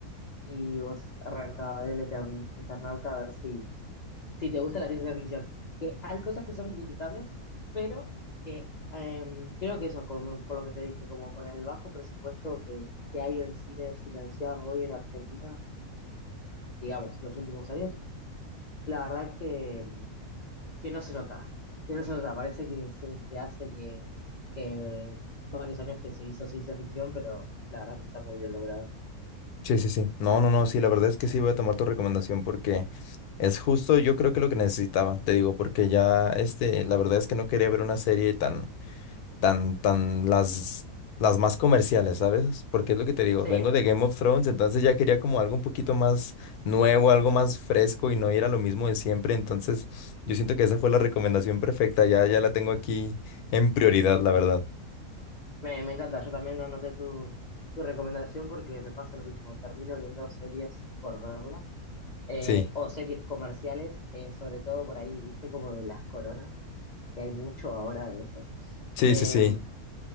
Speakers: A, on the left; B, on the left.
A: y vos arranca a ver el Etern- Eternauta a ver si, si te gusta la ciencia ficción. Que hay cosas que son criticables, pero que em, creo que eso, como, por lo que te dije, como con el bajo presupuesto que, que hay en cine financiado hoy en Argentina, digamos, los últimos años, la verdad que em, que no se nota, que no se nota, parece que, se, que hace que, que varios años que se hizo ciencia ficción, pero la verdad que está muy bien logrado.
B: Sí, sí, sí. No, no, no, sí, la verdad es que sí voy a tomar tu recomendación porque es justo, yo creo que lo que necesitaba, te digo, porque ya, este, la verdad es que no quería ver una serie tan, tan, tan, las, las más comerciales, ¿sabes? Porque es lo que te digo,
A: Sí,
B: vengo de Game of Thrones, entonces ya quería como algo un poquito más nuevo, algo más fresco y no ir a lo mismo de siempre, entonces yo siento que esa fue la recomendación perfecta, ya, ya la tengo aquí en prioridad, la verdad.
A: me, me encanta, yo también anoté tu, tu recomendación porque me pasa lo mismo, termino viendo series por verlas, eh,
B: Sí,
A: o series comerciales, eh, sobre todo por ahí, viste, como de las coronas, que hay mucho ahora de eso.
B: sí,
A: Eh,
B: sí, sí.